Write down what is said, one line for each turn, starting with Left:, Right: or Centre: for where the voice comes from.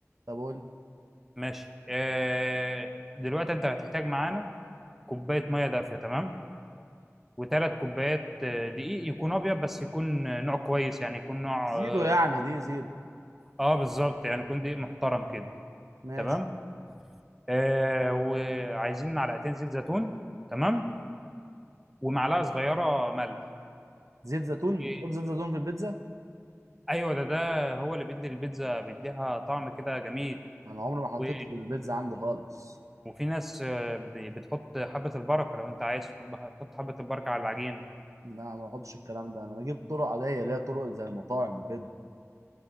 Right: طب قول لي.
Centre: ماشي آه، دلوقتي انت هتحتاج معانا كوبايه ميه دافيه تمام وثلاث كوبايات آه، دقيق يكون ابيض بس يكون آه، نوع كويس يعني يكون نوع
Right: زيرو
Centre: اه
Right: يعني دي زيرو
Centre: آه، بالظبط يعني يكون دقيق محترم كده
Right: ماشي
Centre: تمام آه وعايزين معلقتين زيت زيتون تمام ومعلقه صغيره ملح
Right: زيت زيتون
Centre: و-
Right: تحط زيت زيتون في البيتزا
Centre: ايوه ده ده هو اللي بيدي البيتزا بيديها طعم كده جميل
Right: انا عمري ما حطيته
Centre: و-
Right: في البيتزا عندي خالص
Centre: وفي ناس آه، ب- بتحط حبه البركه لو انت عايز تحط تحط حبه البركه على العجينه
Right: لا ما بحطش الكلام ده انا بجيب طرق عاديه اللي هي طرق زي المطاعم وكده